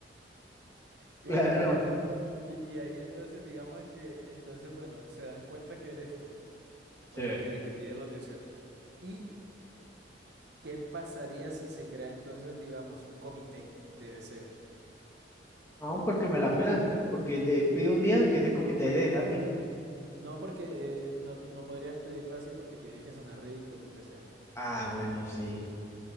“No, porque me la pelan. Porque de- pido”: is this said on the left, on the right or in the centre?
Left